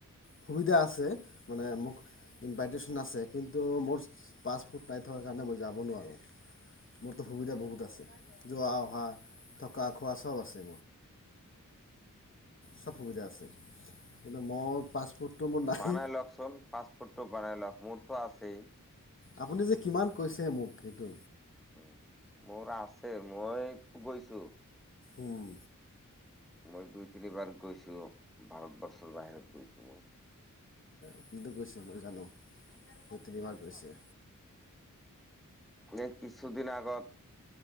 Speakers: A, on the left; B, in the centre.
A: সুবিধা আছে মানে মোক ইনভাইটেশ্যন আছে কিন্তু মোৰ পাছফুৰ্ট নাই থকাৰ কাৰণে মই যাব নোৱাৰোঁ মোৰতো সুবিধা বহুত আছে। জোৱা অহা থকা। খোৱা চব আছে। সব সুবিধা আছে। কিন্তু মোৰ পাছপৰ্টটো মোৰ নাই
B: বানাই লওকচোন পাঁচ ফুটটো বানাই লওক মোৰ মোৰ তু আছেই
A: আপুনি যে কিমান কৈছে মোক সেইটো
B: উ মোৰ আছে মই গৈছো।
A: উম
B: মই দুই তিনিবাৰ গৈছো ভাৰতবৰ্ষৰ বাহিৰত গৈছো মই
A: আপুনি গৈছে মই জানো তিনিবাৰ গৈছে।
B: এ কিছুদিন আগত